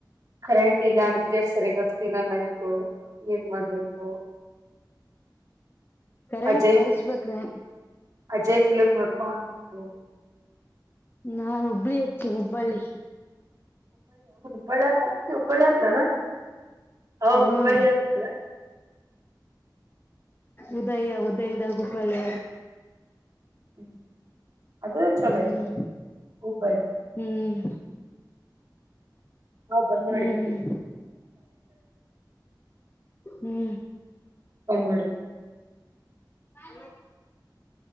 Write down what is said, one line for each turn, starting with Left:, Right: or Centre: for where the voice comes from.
Right: ಕರೆಂಟ ಇಲ್ಲಾ ಅದಕ್ಕೆ ಸರಿಯಾಗಿ ಆಗ್ತಿಲ್ಲಾ ನೈಟು ಏನ್ ಮಾಡ್ಬೇಕು
Left: ಕರೆಂಟ್
Right: ಅಜಯ್
Left: ಬರ್ಸ್ಬೇಕ್ರೇ
Right: ಫಿಲ್ ಅಜಯ್ ಫಿಲಮ್ ನೋಡ್ ಕೊಡ್ಡು
Left: ನಾ ಹುಬ್ಬಳಿ ಹಚ್ಚೇನಿ ಹುಬ್ಬಳ್ಳಿ
Right: ಹುಬ್ಬಳ್ಳಾ ಜಾಸ್ತಿ ಹುಬ್ಬಳ್ಳಂದನ ಹೌದ
Left: ಹ್ಮ್
Right: ಹುಬ್ಬಳ್ಳಿ ಅಂತ
Left: ಉದಯ ಉದಯದ ಗು ಹುಬ್ಬಳ್ಳಿ
Right: ಹ್ಮ್ ಅದು ಚಲೋ
Left: ಹ್ಮ್
Right: ಐತಿ ಹುಬ್ಬಳ್ಳಿ
Left: ಹ್ಮ್
Right: ನಾವ ಬಂದ್ ಮಾಡಿದ್ವಿ
Left: ಹ್ಮ್ ಹ್ಮ್
Right: ಕನ್ ಮಾಡಡ
Left: ಹ <inaudible>